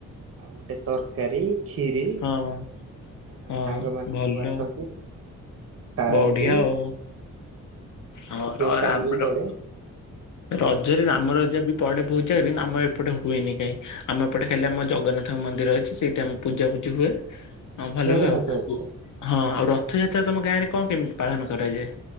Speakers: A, on the right; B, on the left.
A: ଆଉ ଗୋଟେ ତରକାରୀ କ୍ଷୀରି
B: ହଁ
A: ଆଉ ମୋ
B: ହଁ
A: ସାଙ୍ଗମାନେ
B: ଭଲ
A: ସବୁ ଆସନ୍ତି। ଖାଆନ୍ତି
B: ବଢିଆ ଆଉ। ହଁ
A: ଆଉ
B: ର
A: ଦୋକାନ
B: ଆମର
A: ବି ପଡେ
B: ରଜରେ ରାମ ରଜା ବି ପଡେ ବୋହୁତ ଯାଗାରେ ଆମର ଏପଟେ ହୁଏନି କାଇଁ। ଆମ ଏପଟେ ଖାଲି ଆମ ଜଗନ୍ନା ଥ ମନ୍ଦିର ଅଛି। ସେଇଟି ଆମ ପୂଜା ପୂଜି ହୁଏ। ହଁ ଭଲ
A: ଜଗନ୍ନାଥ
B: ହୁଏ, ଆଉ
A: କତିରେ।
B: ହଁ ଆଉ ରଥଯାତ୍ରା ତମ ଗାଁରେ କଣ କେମିତି ପାଳନ କରାଯାଏ?